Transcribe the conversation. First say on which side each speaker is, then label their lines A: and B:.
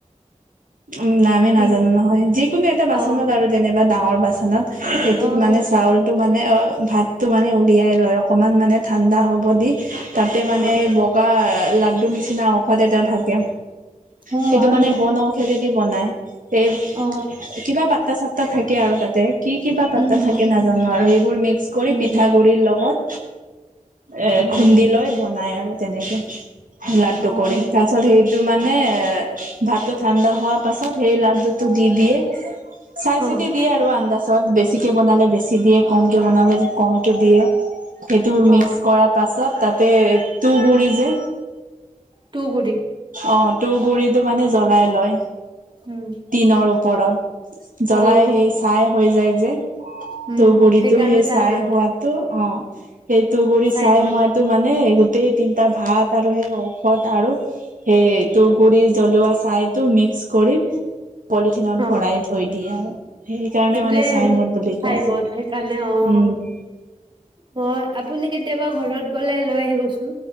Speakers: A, on the right; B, on the right.
A: উম, নামে
B: ঠিক
A: নাজানো নহয়। যিকোনো এটা বাচনত
B: অ'
A: আৰু যেনিবা ডাঙৰ বাচনত সেইটোত
B: অ'
A: মানে চাউলটো মানে অ ভাতটো মানে উলিয়াই লয় অকনমান মানে ঠাণ্ডা হব ব দি তাতে মানে
B: অ'
A: বগা লাড্ডু নিচিনা ঔষধ এটা থাকে,
B: অ'
A: সেইটো
B: হয়
A: মানে
B: নেকি
A: বন ঔষধ যে বনায় সেই,
B: অ'
A: কিবা পাত্তা চাত তা থাকে আৰু তাতে কি কি বা পাত্তা
B: উম উম
A: থাকে নাজানো আৰু সেইবোৰ মিক্স কৰি
B: উম
A: পিঠাগুৰিৰ লগত, এ
B: মিলাই
A: খুন্দি
B: দিয়ে
A: লৈ বনায় আৰু তেনেকে লাড্ডু
B: অ'
A: কৰে। তাৰ পাছত সেইটো মানে এ ভাতত হোৱাৰ পাছত সেই লাডু টো দি দিয়ে। চাই চিতি
B: অ' অ'
A: দিয়ে আৰু আন্দাচত, বেছিকে বনালে বেছি দিয়ে, কমকে বনালে কমকে দিয়ে, সেইটো মিক্স
B: অ
A: কৰাৰ পাছত, তাতে তুহ গুৰি যে,
B: তুগুৰি
A: অ' তুহ গুৰিত টো মানে জ্বলাই
B: উম
A: টিনৰ ওপৰ ওপৰত জ্বলাই
B: অ'
A: সেই চাই হৈ যায় যে
B: উম
A: তুহ গুৰিতো
B: সেইকাৰণে
A: সেই
B: তাৰ
A: চায়
B: নাম
A: হোৱাতো অহ! <unintelligible> সেই তুহ গুৰি
B: চাইমদ
A: ছাই হোৱাতো মানে গোটেই তিনিটা ভাত আৰু সেই ঔষধ আৰু সেই তুহ গুৰি জ্বলোৱা ছায় মিক্স কৰি পলিথিনত
B: অ'
A: ভৰাই থৈ দিয়ে আৰু সেইকাৰণে
B: সেইটোয়ে
A: মানে চাইমদ
B: আৰু
A: বুলি
B: চাইমদ
A: কয় চাগে,
B: সেইকাৰণে অ'
A: উম!
B: মই আপুনি কেতিয়াৰ? এবাৰ ঘৰত গ'লে লৈ আহিবচোন